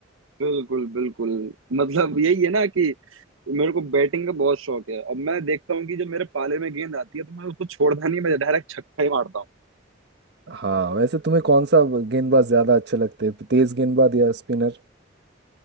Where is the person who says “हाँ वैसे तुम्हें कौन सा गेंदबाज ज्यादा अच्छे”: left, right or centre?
Right